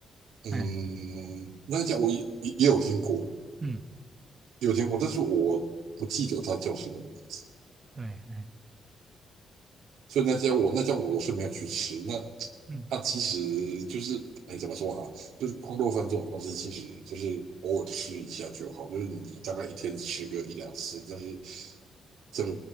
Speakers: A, on the right; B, on the right.
A: 嗯，
B: 哎，
A: 那一家我也也也有听过，
B: 嗯，
A: 也有听过，但是我不记得它叫什么名字，
B: 对，哎，
A: 所以那家我那家我是没有去吃。那
B: 嗯。
A: 那其实就是，哎，怎么说哈？就是空豆饭这种东西，其实就是偶尔吃一下就好，就是你大概一天吃个一两次，但是这个，